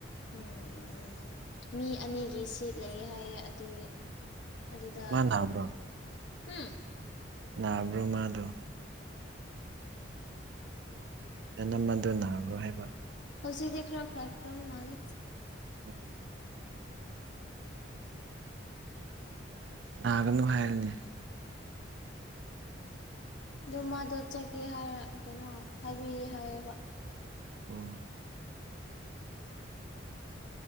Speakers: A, on the left (about 70°); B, on the right (about 60°).
A: ꯎꯝ ꯃꯤ ꯑꯅꯤꯒꯤ ꯁꯤꯠ ꯂꯩ ꯍꯥꯏꯌꯦ ꯑꯗꯨ ꯑꯗꯨꯗ
B: ꯃꯥ ꯅꯥꯕ꯭ꯔꯣ
A: ꯎꯝ
B: ꯅꯍꯕ꯭ꯔꯣꯃꯥꯗꯣ ꯅꯃꯟꯗꯨ ꯅꯥꯕ꯭ꯔꯣ ꯍꯥꯏꯕ
A: ꯍꯧꯖꯤꯗꯤ ꯈꯔ ꯐꯔ ꯀ꯭ꯔꯣ ꯃꯥ ꯂꯩ
B: ꯎꯝ ꯅꯥꯒꯅꯨ ꯍꯥꯏꯔꯅꯤ
A: ꯑꯗꯣ ꯃꯥꯗꯣ ꯆꯠꯀꯦ ꯍꯥꯏꯔ ꯀꯩꯅꯣ ꯍꯥꯏꯕꯤꯌꯦ ꯍꯥꯏꯌꯦꯕ
B: ꯑꯣ